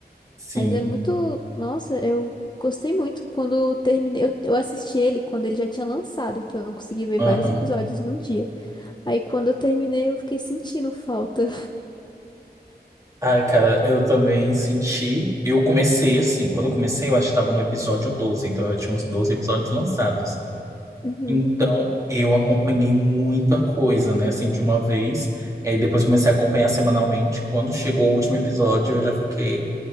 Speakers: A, on the right (about 20°); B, on the left (about 25°).
A: sim.
B: Mas é muito. Nossa, eu gostei muito quando eu terminei. Eu, eu assisti ele quando ele já tinha lançado, então eu consegui ver
A: Aham.
B: vários episódios em um dia. Aí quando eu terminei, eu fiquei sentindo falta.
A: Ai, cara, eu também senti. Eu comecei assim, quando eu comecei, eu acho que estava no episódio 12, então eu tinha uns 12 episódios lançados.
B: Uhum.
A: Então eu acompanhei muita coisa, né, assim, de uma vez. E aí depois eu comecei a acompanhar semanalmente. Quando chegou o último episódio, eu já fiquei.